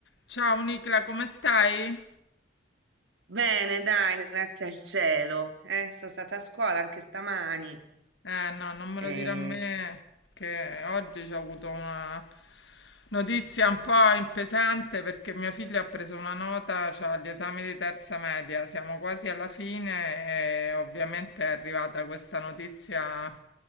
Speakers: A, on the left; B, on the right.
A: Ciao Nicla, come stai?
B: Bene, dai, grazie al cielo. Eh, sono stata a scuola anche stamani.
A: Eh no, non me lo
B: e
A: dire a me che oggi c'ho avuto una, Notizia un po' impesante perché mio figlio ha preso una nota, cioè agli esami di terza media, siamo quasi alla fine e ovviamente è arrivata questa notizia